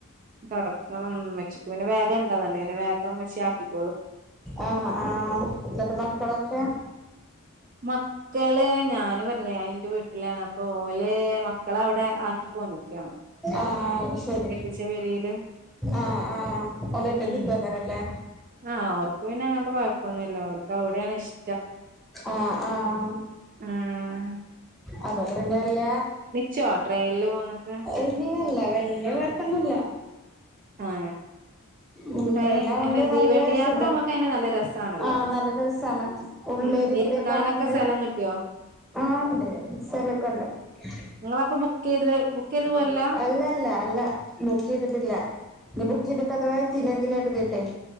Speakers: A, on the right (about 35°); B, in the centre.
A: തൊടക്കണം മച്ചിക്ക് പിന്നെ വേഗം ണ്ട <unintelligible> വേഗം മ്മച്യാക്കിക്കോളും
B: ആഹ് ആഹ് മക്കളൊക്കെ
A: മക്കളെ ഞാന് പറഞ്ഞില്ലേ ഞാൻ എന്റെ വീട്ട് ല്ലാണ് അപ്പൊ ഓല് മക്കള അവിടെ ആക്കിപ്പോന്ന്ക്കാണോ
B: ആഹ്. ശരി
A: കെട്ടിച്ച പെരേല്
B: ആഹ് ആഹ് ഓലൊറ്റക്ക്
A: ഉം
B: നിക്കോക്കാരല്ലെ?
A: ആഹ് ഓല്ക്ക് പിന്നെ അങ്ങനത്തെ കൊഴപ്പൊന്നുല്ല ഓല്ക്ക് അവിടേണ് ഇഷ്ടം.
B: ആഹ് ആഹ്
A: ഉം
B: അതോണ്ട് പിന്നെല്ല
A: ച്ചോ ട്രൈയനില് പോന്നിട്ട്
B: ഇല്ലല്ല വല്യ കൊഴപ്പൊന്നുല്ല.
A: ആഹ്.
B: ഉം
A: ട്രെയിൻ
B: ട്രൈനാപോണ്ട
A: അങ്ങനെ
B: നല്ല
A: തീവണ്ടി
B: സുഗം
A: യാത്ര നമ്മുക്ക് അയിന് നല്ല രസാണല്ലോ
B: ആഹ് നല്ല രസാണ്. ഉള്ളേരി
A: ഉം ഇരിക്കാനൊക്കെ
B: കൂടൊക്കെ ആവോണ്ട്
A: സ്ഥലം കിട്ടിയോ
B: ആണ്ട് സ്ഥലൊക്കോ ഒണ്ടോ ‍
A: ഇങ്ങളപ്പോ ബുക്കീത് ബുക്കീത് പോരലാ
B: അല്ലല്ല അല്ല ബുക്കീതിട്ടില്ല ഇനി ബുക്കീത്ടതവാ എത്തീലങ്കിലോ കരീതിടെയ്.